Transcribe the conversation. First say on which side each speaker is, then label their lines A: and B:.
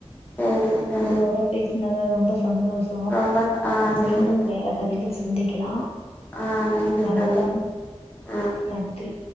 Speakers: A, on the left; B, on the left.
A: சரிங்க தோழி
B: உங்களோட பேசினது ரொம்ப சந்தோஷ
A: ரொம்ப ஆ சரிங்க
B: மீண்டு
A: தோழி
B: வேற பதிவில் சந்திக்லா
A: ஆ நன்றிங்க
B: வணக்கம்
A: தோழி ம்
B: நன்றி